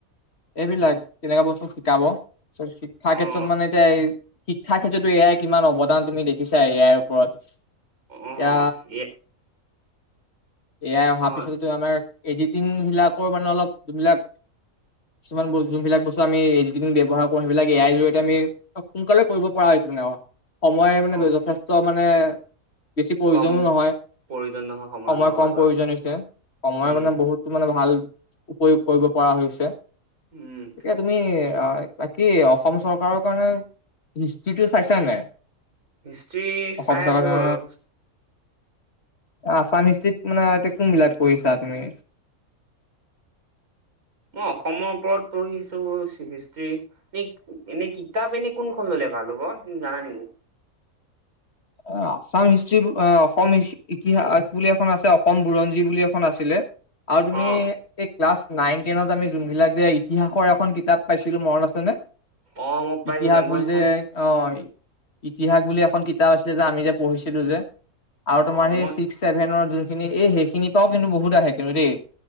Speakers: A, on the left (about 45°); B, on the right (about 80°).
A: এইবিলাক তেনেকা বস্তু শিকাব, শিক্ষাৰ
B: অ',
A: ক্ষেত্ৰত মানে এতিয়া এই শিক্ষাৰ ক্ষেত্ৰতো এ আইৰ কিমান অৱদান তুমি দেখিছা এ আইৰ ওপৰত। এতিয়া,
B: অ', এ
A: এ আই অহাৰ
B: অ',
A: পিছততো আমাৰ এডিটিং বিলাকৰ মানে অলপ যোনবিলাক, কিছুমান যোনবিলাক বস্তু আমি এডিটিং ব্যৱহাৰ কৰো সেইবিলাক এ আইৰ জৰিয়তে আমি সোনকালে কৰিব পৰা হৈছিলে ন। সময় মানে
B: অ',
A: যথেষ্ট মানে বেছি প্ৰয়োজনো
B: কম
A: নহয়,
B: প্ৰয়োজন নহয়
A: সময়
B: হয়
A: কম
B: বাৰু
A: প্ৰয়োজন হৈছে সময়
B: উম,
A: মানে বহুত মানে ভাল উপয়োগ কৰিব পৰা হৈছে।
B: উম।
A: এতিয়া তুমি বাকী অসম চৰকাৰৰ কাৰণে হিষ্ট্ৰিটো চাইছানে নাই?
B: হিষ্ট্ৰি
A: অসম
B: চাই
A: চৰকাৰ
B: আছো বাৰু।
A: আসাম হিষ্ট্ৰিত মানে কোনবিলাক পঢ়িছা তুমি?
B: মই অসমৰ ওপৰত পঢ়িছো চি <unintelligible> এনে কিতাপ এনে কোনখন ল'লে ভাল হ'ব জানা নেকি
A: এ আছাম হিষ্ট্ৰি অসম ইতিহাস বুলি এখন আছে অসম বুৰঞ্জী বুলি এখন আছিলে। আৰু তুমি
B: অ',
A: এই ক্লাছ নাইন টেনত আমি যোনবিলাক যে ইতিহাসৰ এখন কিতাপ পাইছিলো মনত আছেনে?
B: অ', মই পাইছো
A: ইতিহাস
B: দে মই
A: বুলি
B: এখন
A: যে অ', ইতিহাস বুলি এখন কিতাপ আছিলে যে আমি যে পঢ়িছিলো যে, আৰু
B: অঁ
A: তোমাৰ
B: মই
A: সেই চেভেনৰ যোনখিনি এই সেইখিনিৰ পৰাও কিন্তু বহুত আহে কিন্তু দেই,